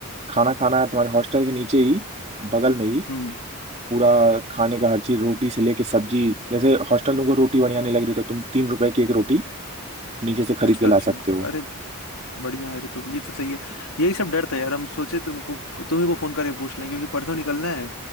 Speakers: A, on the right; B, on the left.
A: खाना खाना है तुम्हारे हॉस्टल के नीचे ही बगल में ही
B: हम्म,
A: पूरा खाने का हर चीज रोटी से लेके सब्जी जैसे हॉस्टल तुमको रोटी बढ़िया नहीं लग रही तो तुम तीन रुपए की एक रोटी नीचे से खरीद
B: अच्छा
A: के ला
B: अच्छा
A: सकते हो
B: अरे बढ़िया है ऋतु ये तो सही है यही सब डर था यार हम सोचे तुमको तुम्ही को फोन करके पूछ लें क्योंकि परसों निकलना है